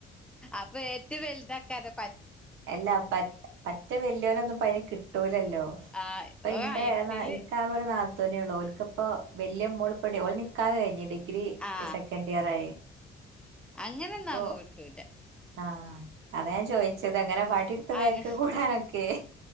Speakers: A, in the centre; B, on the right.
A: അപ്പൊ ഏറ്റവും വലുതാക്കാതെ പ
B: അല്ല പ പറ്റ വല്ലിയൊരൊന്നും ഇപ്പൊ അയിന് കിട്ടൂലല്ലോ
A: ആ
B: ഇപ്പൊ
A: ഓ
B: ഇന്റെ
A: ആ എട്ടില്
B: ആഹ് എനിക്ക് ആകെ ഒരു നാ ത്തൂന്നേള്ളൂ ഓൽക്കിപ്പോ വലിയ മോള് പടി ഓളെ നിക്കാഹ് കഴിഞ്ഞ് ഡി ഗ്രി
A: ആ
B: സെക്കൻഡ് ഇയർ ആയി
A: അങ്ങനെ
B: അപ്പൊ
A: ഒന്നാകുമ്പ കിട്ടൂല
B: ആഹ് അതാ ഞാൻ ചോയിച്ചത് അങ്ങനെ വടി എടുത്ത് ബാക്കി
A: അങ്ങ
B: കൂടെ നടക്കുവേ